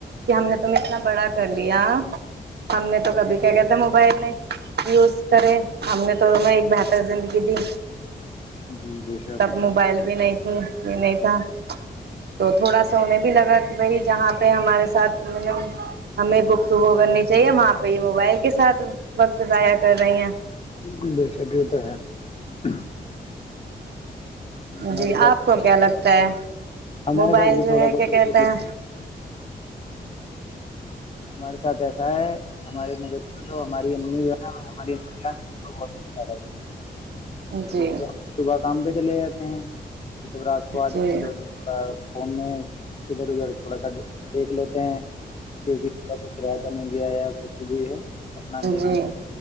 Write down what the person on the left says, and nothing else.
جی بے شک
جی
بالکل بے شک یہ تو <unintelligible> ہمارے
ساتھ
ہمارے
ساتھ بھی
تھوڑا
کچھ
ایسے
ہی
ہمارے ساتھ ایسا ہے ہمارے نظریے تو ہماری امی <unintelligible> ہے،
کیونکہ
ہم صبح کام پہ چلے جاتے ہیں جب آات کو آتے
ہیں تو کا فون میں ادھر ادھر تھوڑا سا دیکھ لیتے ہیں کہ کا کچھ رہتا نہیں گیا ہے یا کچھ بھی ہے اپنا دیکھ
لی